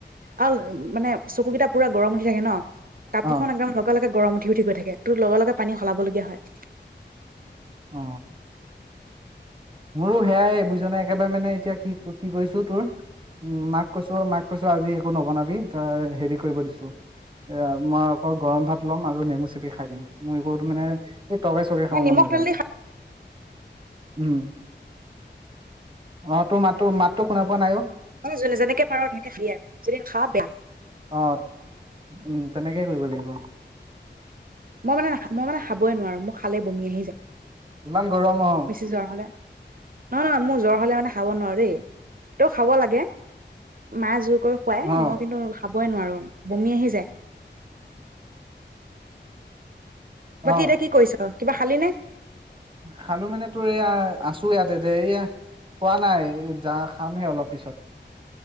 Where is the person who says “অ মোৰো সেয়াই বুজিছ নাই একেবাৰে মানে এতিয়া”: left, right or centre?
Right